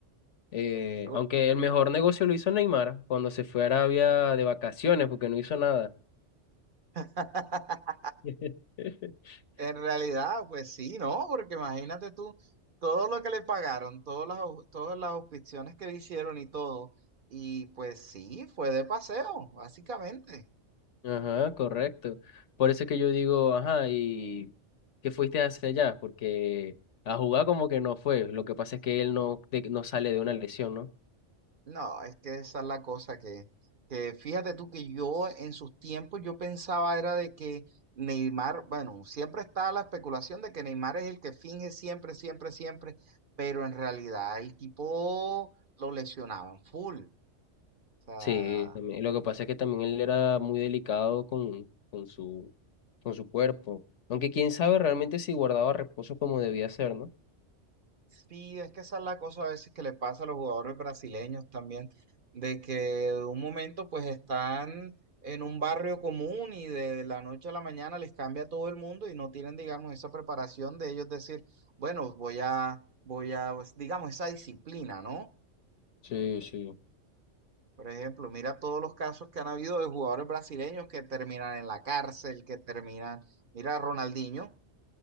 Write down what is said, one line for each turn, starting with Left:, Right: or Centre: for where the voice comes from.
Left: Eh,
Right: Te digo.
Left: aunque el mejor negocio lo hizo Neymar cuando se fue a Arabia de vacaciones porque no hizo nada.
Right: <laughs>
Left: <laughs>
Right: En realidad, pues sí, ¿no? Porque imagínate tú, todo lo que le pagaron, todas las, au- todas las auspiciones que le hicieron y todo, y pues sí, fue de paseo, básicamente.
Left: Ajá, correcto. Por eso es que yo digo, ajá, ¿y qué fuiste hacia allá? Porque a jugar como que no fue. Lo que pasa es que él no, de- no sale de una lesión, ¿no?
Right: No, es que esa es la cosa que, que fíjate tú que yo en sus tiempos yo pensaba era de que Neymar, bueno, siempre está la especulación de que Neymar es el que finge siempre, siempre, siempre, pero en realidad el tipo lo lesionaban full. O sea,
Left: Sí, también. Lo que pasa es que también él era muy delicado con, con su, con su cuerpo. Aunque quién sabe realmente si guardaba reposo como debía ser, ¿no?
Right: Sí, es que esa es la cosa a veces que le pasa a los jugadores brasileños también, de que de un momento pues están en un barrio común y de la noche a la mañana les cambia todo el mundo y no tienen, digamos, esa preparación de ellos decir, bueno, voy a, voy a, pues, digamos, esa disciplina, ¿no?
Left: Sí, sí.
Right: Por ejemplo, mira todos los casos que han habido de jugadores brasileños que terminan en la cárcel, que terminan, mira a Ronaldinho.